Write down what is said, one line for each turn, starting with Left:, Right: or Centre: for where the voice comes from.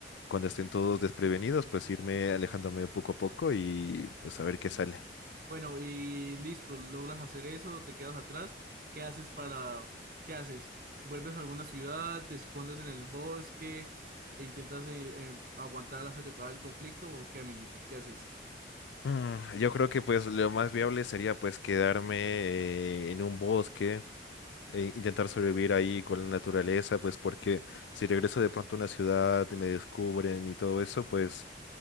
Left: cuando estén todos desprevenidos, pues irme alejándome poco a poco y pues a ver qué sale.
Right: Bueno, y listo, logras hacer eso, te quedas atrás. ¿Qué haces para... ¿Qué haces? ¿Vuelves a alguna ciudad? ¿Te escondes en el bosque? e ¿Intentas eh, eh, aguantar hasta que acabe el conflicto? ¿O qué, amiguito? ¿Qué haces?
Left: Mm, yo creo que pues lo más viable sería pues quedarme eh, en un bosque, e intentar sobrevivir ahí con la naturaleza, pues porque si regreso de pronto a una ciudad y me descubren y todo eso, pues...